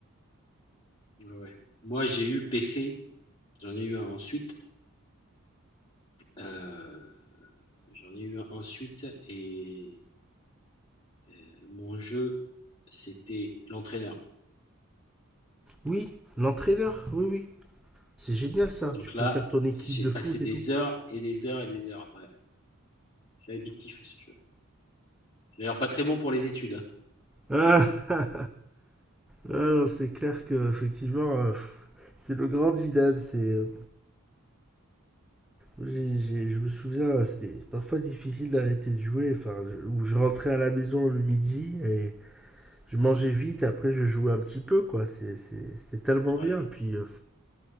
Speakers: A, on the left; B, in the centre.
A: Ouais, ouais. Moi, j'ai eu PC, j'en ai eu un ensuite, euh, j'en ai eu un ensuite et euh, mon jeu c'était l'entraîneur.
B: Oui, l'entraîneur, oui, oui. C'est génial ça,
A: Donc
B: tu peux
A: là,
B: faire ton équipe
A: j'ai
B: de
A: passé
B: foot
A: des
B: et tout.
A: heures et des heures et des heures. Ouais, c'est addictif ce jeu. C'est d'ailleurs pas très bon pour les études. hein.
B: Ah, <laughs> ah non, c'est clair que effectivement, euh, c'est le grand dilemme, c'est euh, J'ai- j'ai- je me souviens, c'était parfois difficile d'arrêter de jouer. Enfin, je- où je rentrais à la maison le midi et je mangeais vite. Après, je jouais un petit peu, quoi. C'est- c'est- C'était tellement
A: Ouais.
B: bien. Puis euh,